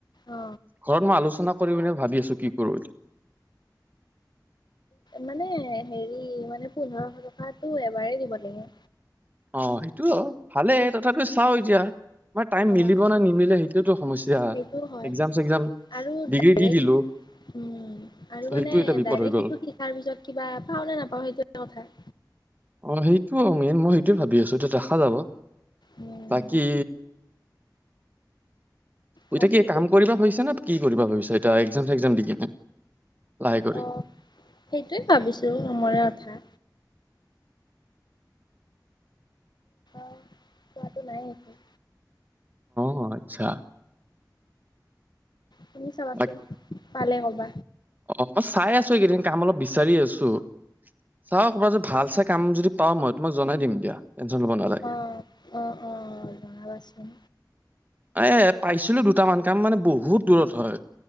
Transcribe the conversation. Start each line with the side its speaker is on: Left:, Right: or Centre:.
Left: অ
Right: ঘৰত মই আলোচনা কৰি মনে ভাবি আছো কি কৰো।
Left: মানে হেৰি মানে পোন্ধৰশ টকা টো এবাৰ দিব লাগে।
Right: অ সেইটো ভালে তথাপিও চাও এতিয়া। আমাৰ টাইম
Left: অ
Right: মিলিব
Left: সেইটো
Right: নে নিমিলে সেইটোৱেতো সমস্যা
Left: হয়
Right: এক্সাম চেক্সাম
Left: আৰু
Right: ডিগ্ৰী
Left: ডাৰেক
Right: দি দিলো
Left: উম আৰু
Right: ত সেইটো
Left: মানে
Right: এটা বিপদ
Left: ডাইৰে্ক
Right: হৈ
Left: আৰু মানে
Right: গ'ল।
Left: সেইটো শিকাৰ পিছত কিবা পাওঁ নে নাপাওঁ সেইটো কথা।
Right: অ সেইটোও মেইন মই সেইটোয়ে ভাবি আছো এতিয়া দেখা যাব।
Left: উম
Right: বাকী। এতিয়া
Left: বাকী
Right: কি কাম কৰিবা হৈছে নে? কি কৰিব ভাবিছ এটা এক্জাম চেক্জাম দি কিনে। লাহে কৰি?
Left: অ সেইটোয়ে ভাবিছো অমৰে কথা। পোৱাটো নাই একো।
Right: অ আচ্ছা।
Left: তুমি চাবাচোন
Right: বাট
Left: পালে ক'বা
Right: অ চাই আছো এইকেইদিন কাম অলপ বিচাৰি আছো চাও কবাত যদি ভাল চা ই কাম য দি পাওঁ মই তোমাক জনাই দিম দিয়া। টেনচন ল'ব নালাগে।
Left: অ
Right: <inaudible>
Left: অ অ জনাবাচোন
Right: এ পাইছিলো দুটামান কাম মানে বহুত দূৰত হয়।